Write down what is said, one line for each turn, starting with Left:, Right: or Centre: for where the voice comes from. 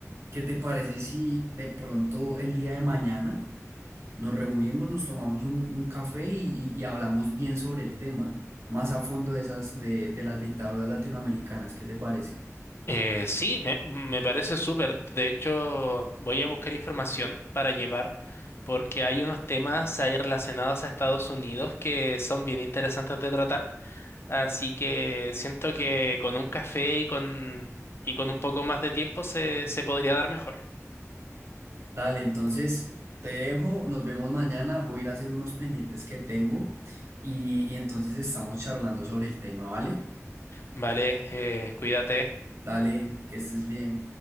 Right: ¿qué te parece si de pronto el día de mañana nos reunimos, nos tomamos un, un café y, y- y hablamos bien sobre el tema, más a fondo de esas de, de las dictaduras latinoamericanas? ¿Qué te parece?
Left: Eh, sí, me, me parece súper. De hecho, voy a buscar información para llevar porque hay unos temas ahí relacionados a Estados Unidos que son bien interesantes de tratar. Así que siento que con un café y con, y con un poco más de tiempo se, se podría dar mejor.
Right: Dale, entonces te dejo, nos vemos mañana, voy a ir a hacer unos pendientes que tengo y, y entonces estamos charlando sobre el tema, ¿vale?
Left: Vale, eh, cuídate.
Right: Dale, que estés bien.